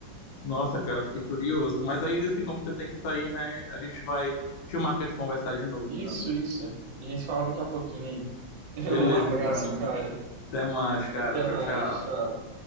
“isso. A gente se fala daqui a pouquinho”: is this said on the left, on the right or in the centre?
Right